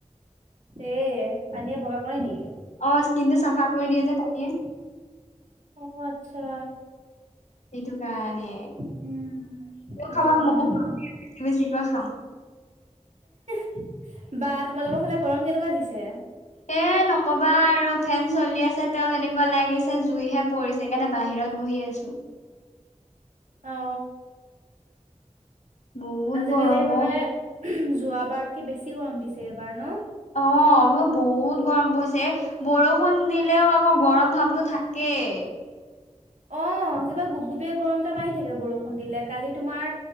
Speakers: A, on the right; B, on the left.
A: এ, পানীয়ে বগা কৰে নেকি?
B: অ স্কিন টো চাফা কৰি দিয়ে যে পানীয়ে
A: অ', আচ্ছা
B: সেইটো কাৰণে
A: উম সেইটো
B: খাবা
A: কাৰণে
B: মোকো খুৱাবি বেছি বেছিকৈ খাম।
A: <inaudible> বা তোমালোকৰ ফালে গৰম কেনেকুৱা দিছে?
B: এ, নকবা আৰু ফেন চলি আছে তেওঁ এনেকুৱা লাগিছে জুইহে পৰিছে। সেইকাৰণে বাহিৰত বহি আছো
A: অ
B: বহুত
A: আজিকালি
B: গৰম
A: একেবাৰে
B: অ
A: যোৱা বাৰতকৈ বেছি গৰম দিছে এইবাৰ ন
B: অ অ বহুত গৰম পৰিছে বৰষুণ দিলেও অ গৰম ভাপটো থাকেই
A: অ কিবা গোপ গোপে গৰম এটা মাৰি থাকে বৰষুণ দিলে কালি তোমাৰ